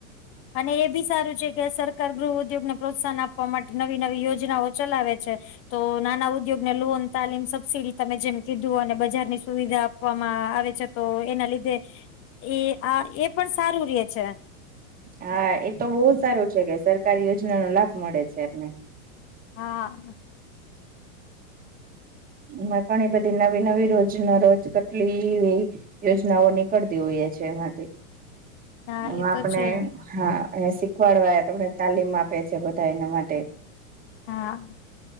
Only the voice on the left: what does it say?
અને એ બી સારું છે કે, સરકાર ગૃહ ઉદ્યોગને પ્રોત્સાહન આપવા માટે નવી નવી યોજનાઓ ચલાવે છે. તો નાના ઉદ્યોગ ને લોન, તાલીમ, સબસીિડી તમે જેમ કેધુ એમ જુઓ અને બજારની સુવિધા આપવામાં આવે છે તો એના લીધે એ આ એ પણ સારું રે છે.
હા
હા
એ
તો છે ને
હા